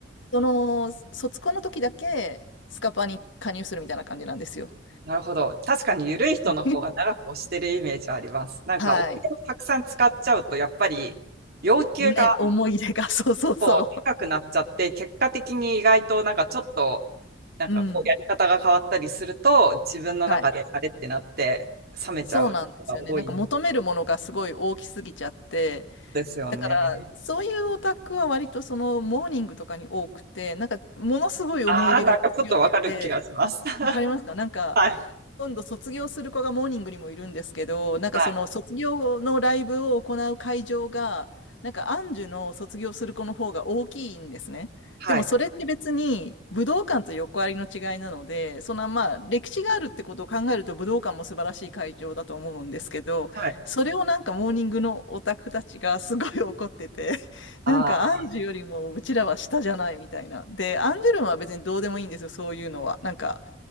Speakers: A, on the left; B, on the right.
A: その、卒コンの時だけスカパに加入するみたいな感じなんですよ。
B: なるほど。確かに緩い人の方が長く押してるイメージはあります。
A: <laughs>
B: なんかお金をたくさん使っちゃうと、
A: はい。
B: やっぱり要求が
A: ね、思い出が、<laughs> そうそうそ
B: 高くなっちゃって、結果的に意外となんかちょっと、なんかこうやり方が変わったりすると、
A: う。うん。
B: 自分の中であれってなって、
A: はい。
B: 冷めちゃう人が多い
A: そうなんですよね。なんか求めるものがすごい大きすぎちゃって、
B: ですよね。
A: だから、そういうオタクは割とそのモーニングとかに多くて、なんかものすごい思い入れが強くて、
B: ああ、なんかちょっとわかる気がします。<laughs>
A: わかりますかなんか、
B: はい、
A: 今度卒業する子がモーニングにもいるんですけど、なんかその卒業のライブを行う会場が、
B: はい、
A: なんかアンジュの卒業する子の方が大きいんですね。
B: はい、
A: でもそれって別に武道館と横ありの違いなので、そのまあ歴史があるってことを考えると武道館も素晴らしい会場だと思うんですけど、
B: はい。
A: それをなんかモーニングのオタクたちがすごい怒ってて、<laughs>
B: ああ、
A: なんかアンジュよりもうちらは下じゃないみたいな。で、アンジュルムは別にどうでもいいんですよ、そういうのは。なんか